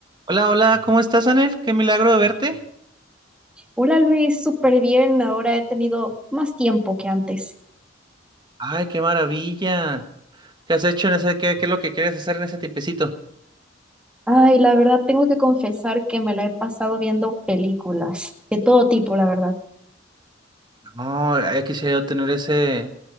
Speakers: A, on the right (about 25°); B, in the centre.
A: Hola, hola, ¿cómo estás, Anel? Qué milagro de verte.
B: Hola Luis, súper bien. Ahora he tenido más tiempo que antes.
A: Ay, qué maravilla. ¿Qué has hecho en ese, qué, qué es lo que quieres hacer en ese tiempecito?
B: Ay, la verdad tengo que confesar que me la he pasado viendo películas de todo tipo, la verdad.
A: No, ya quisiera yo tener ese,